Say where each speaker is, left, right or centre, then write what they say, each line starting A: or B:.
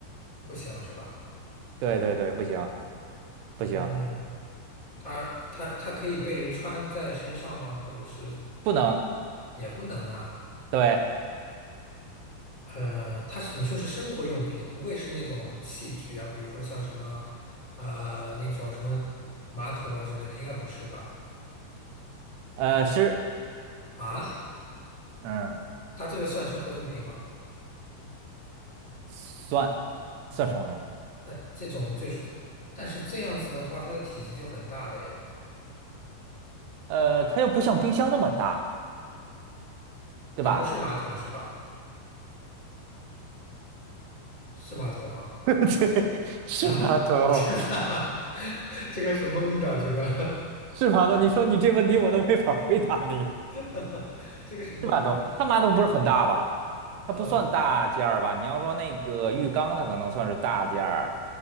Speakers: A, on the left; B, on the right.
A: 不行是吧？
B: 对对对，不行不行，
A: 嗯，它它它可以被人穿在身上吗？或者是
B: 不能
A: 也不能啊？
B: 对，
A: 呃，它是你说是生活用品，不会是那种器具啊，比如说像什么呃那种什么马桶啊之类的，应该不是吧？
B: 呃是，
A: 啊，
B: 嗯，
A: 它这个算生活用品吗？
B: 算算生活用品，
A: 那这种就是，但是这样子的话，它的体积就很大了呀。
B: 呃，它又不像冰箱那么大，对吧？
A: 但不是马桶是吧？是马桶吗？
B: <laughs> 对，是吧头
A: 啊，真的啊 <laughs> 这个是蒙的，这个，
B: 是吧头你说你这问题我都没法回答你。
A: <laughs> 这个是蒙的，
B: 是马桶，它马桶不是很大吧？
A: <laughs>
B: 它不算大件儿吧？
A: 啊，
B: 你要说那个浴缸，它可能算是大件儿。